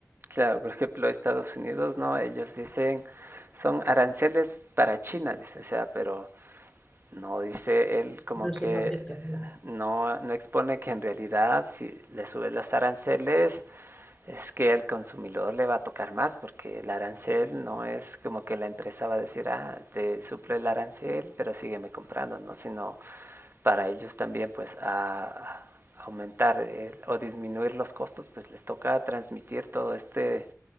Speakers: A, on the right (about 50°); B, on the left (about 15°).
A: Claro, por ejemplo, Estados Unidos, ¿no? Ellos dicen, son aranceles para China, dice, o sea, pero no dice él como
B: no, eso
A: que
B: no afecta, ¿no?
A: no, no expone que en realidad si le suben los aranceles es que al consumidor le va a tocar más porque el arancel no es como que la empresa va a decir, ah, te suple el arancel, pero sígueme comprando, ¿no? Sino para ellos también pues a aumentar eh, o disminuir los costos, pues les toca transmitir todo este